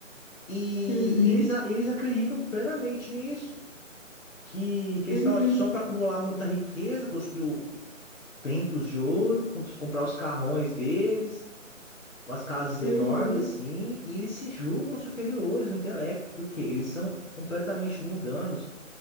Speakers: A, on the left (about 75°); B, on the left (about 45°).
A: E,
B: Uhum,
A: e eles, a- eles acreditam plenamente nisso, que, que
B: uhum,
A: eles estão aqui só para acumular muita riqueza, construir templos de ouro, com- comprar os carrões deles, umas casas
B: uhum.
A: enormes assim, e eles se julgam superiores no intelecto, porque eles são completamente mundanos.